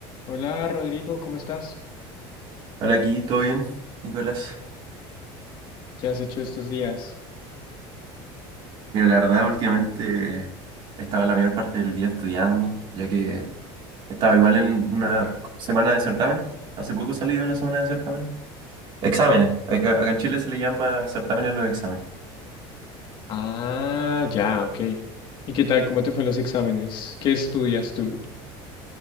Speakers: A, on the left; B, on the right.
A: Hola Rodrigo, ¿cómo estás?
B: Hola, aquí, ¿todo bien, Nicolás?
A: ¿Qué has hecho estos días?
B: Mira, la verdad, últimamente estaba la mayor parte del día estudiando, ya que estaba igual en una semana de certámenes. Hace poco salí de una semana de certámenes. Exámenes. Acá, acá en Chile se le llama certámenes a los exámenes.
A: Ah, ya, ok. ¿Y qué tal? ¿Cómo te fue en los exámenes? ¿Qué estudias tú?